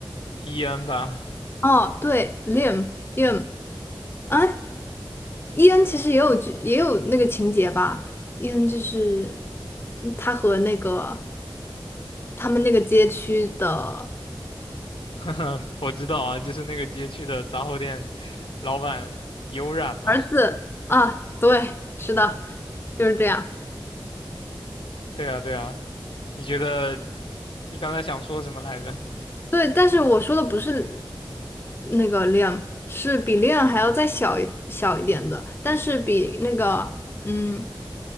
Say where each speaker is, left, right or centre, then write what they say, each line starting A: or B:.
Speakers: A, on the left; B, on the left.
A: 伊恩吧，
B: 哦，对，Liam Liam，哎，伊恩其实也有剧，也有那个情节吧。伊恩就是嗯他和那个他们那个街区的
A: <laughs> 我知道啊，就是那个街区的杂货店老板有染嘛。
B: 是啊，对，是的，就是这样。
A: 对啊，对啊，你觉得你刚才想说什么来着？
B: 对，但是我说的不是那个 Liam，是比 Liam 还要再小一小一点的，但是比那个嗯